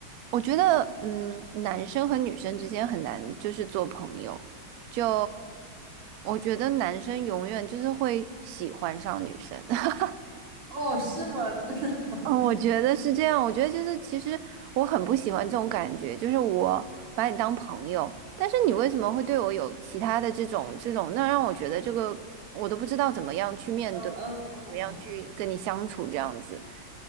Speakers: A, on the right; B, on the right.
A: 我觉得嗯，男生和女生之间很难就是做朋友，就我觉得男生永远就是会喜欢上女生。<laughs>
B: 哦，是吗？<laughs> 真的？
A: 嗯，我觉得是这样。我觉得就是，其实我很不喜欢这种感觉，就是我把你当朋友，但是你为什么会对我有其他的这种这种，那让我觉得这个我都不知道怎么样去面对，
B: 嗯嗯嗯，
A: 怎么样去跟你相处，
B: 嗯
A: 这样子，